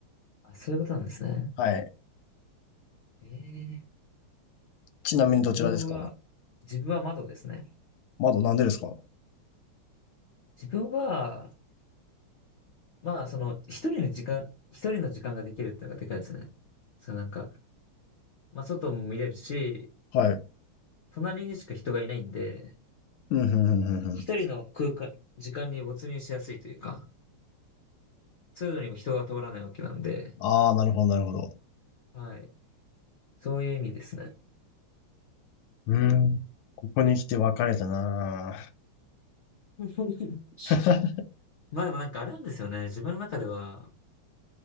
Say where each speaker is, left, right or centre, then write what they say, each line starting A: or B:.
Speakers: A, on the left; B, on the left.
A: あ、そういうことなんですね。
B: はい。
A: へえ。
B: ちなみにどちらですか
A: 自分は、自分は窓ですね。
B: 窓なんでですか
A: 自分は、まあその、一人の時間、一人の時間ができるっていうのがでかいですね。そうなんか、まあ外も見れるし、
B: はい。
A: 隣にしか人がいないんで、
B: うん、ふんふんふんふん。
A: なんか一人の空間、時間に没入しやすいというか、通路にも人が通らないわけなんで、
B: ああ、なるほど、なるほど。
A: はい。そういう意味ですね。
B: うん。ここに来て別れたなあ。
A: <laughs>
B: <laughs>
A: まあでもなんかあれなんですよね。自分の中では、